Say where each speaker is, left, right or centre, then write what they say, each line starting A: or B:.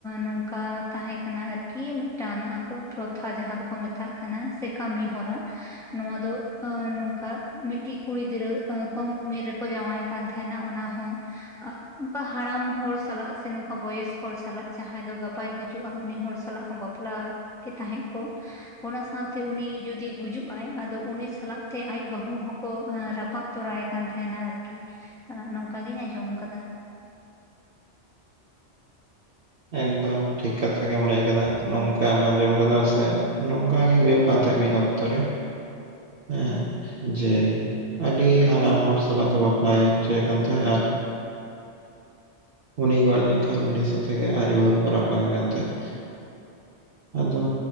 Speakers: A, in the centre; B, on the right.
A: ᱱᱚᱝᱠᱟ ᱛᱟᱦᱮᱸ ᱠᱟᱱᱟ ᱟᱨᱠᱤ ᱢᱤᱫᱴᱟᱝ ᱟᱠᱚ ᱯᱨᱚᱛᱷᱟ ᱡᱟᱦᱟᱸ ᱫᱚᱠᱚ ᱢᱮᱛᱟᱜ ᱠᱟᱱᱟ ᱥᱮ ᱠᱟᱹᱢᱤ ᱦᱚᱨᱟ, ᱱᱚᱣᱟ ᱫᱚ ᱱᱚᱝᱠᱟ ᱢᱤᱫ ᱢᱤᱫᱴᱤᱡ ᱠᱩᱲᱤ ᱜᱤᱫᱽᱨᱟᱹ ᱠᱚᱢ ᱩᱢᱮᱨ ᱨᱮᱠᱚ ᱡᱟᱶᱟᱭᱮ ᱠᱟᱱ ᱛᱟᱦᱮᱱᱟ ᱚᱱᱟ ᱦᱚᱸ ᱟᱸᱜ ᱚᱝᱠᱟ ᱦᱟᱲᱟᱢ ᱦᱚᱲ ᱥᱟᱞᱟᱜ ᱥᱮ ᱱᱚᱝᱠᱟ ᱵᱚᱭᱮᱥ ᱦᱚᱲ ᱥᱟᱞᱟᱜ ᱡᱟᱦᱟᱸᱭ ᱫᱚ ᱜᱟᱯᱟᱭ ᱜᱩᱡ ᱪᱩᱜ-ᱟ ᱦᱩᱜ-ᱩᱱᱤ ᱦᱚᱲ ᱥᱟᱞᱟᱜ ᱦᱚᱸ ᱵᱟᱯᱞᱟ ᱜᱮ ᱛᱟᱦᱮᱸ ᱠᱚᱜ ᱚᱱᱟ ᱥᱟᱶᱛᱮ ᱩᱱᱤ ᱡᱩᱫᱤ ᱜᱩᱡᱩᱜ-ᱟᱭ ᱟᱫᱚ ᱩᱱᱤ ᱥᱟᱞᱟᱜ ᱛᱮ ᱟᱡ ᱵᱟᱹᱦᱩ ᱦᱚᱸ ᱠᱚ ᱟ ᱨᱟᱯᱟᱜ ᱛᱚᱨᱟᱭ ᱠᱟᱱ ᱛᱟᱦᱮᱸᱱᱟ ᱟᱨᱠᱤ, ᱱᱚᱝᱠᱟ ᱜᱤᱧ ᱟᱸᱡᱚᱢ ᱟᱠᱟᱫᱟ᱾
B: ᱮᱠᱫᱚᱢ ᱴᱷᱤᱠ ᱠᱟᱛᱷᱟ ᱜᱮᱢ ᱞᱟᱹᱭ ᱠᱟᱫᱟ᱾ ᱱᱚᱝᱠᱟᱢ ᱟᱸᱡᱚᱢ ᱟᱠᱟᱫᱟ ᱥᱮ ᱱᱚᱝᱠᱟ ᱜᱮ ᱦᱩᱭᱩᱜ ᱠᱟᱱ ᱛᱟᱦᱮᱸᱜ ᱢᱤᱫ ᱚᱠᱛᱚ ᱨᱮ ᱦᱮᱸ᱾ ᱡᱮ ᱟᱹᱰᱤ ᱦᱟᱲᱟᱢ ᱦᱚᱲ ᱥᱟᱞᱟᱜ ᱠᱚ ᱵᱟᱯᱞᱟᱭ ᱦᱚᱪᱚᱭᱮ ᱠᱟᱱ ᱛᱟᱦᱮᱸᱜ ᱟᱨ ᱩᱱᱤ ᱜᱚᱡᱽ ᱞᱮᱱᱠᱷᱟᱱ ᱩᱱᱤ ᱥᱟᱛ ᱛᱮᱜᱮ ᱟᱡ ᱵᱟᱹᱦᱩ ᱠᱚ ᱨᱟᱯᱟ ᱜᱮ ᱠᱟᱱ ᱛᱟᱦᱮᱸᱜ ᱟᱫᱚ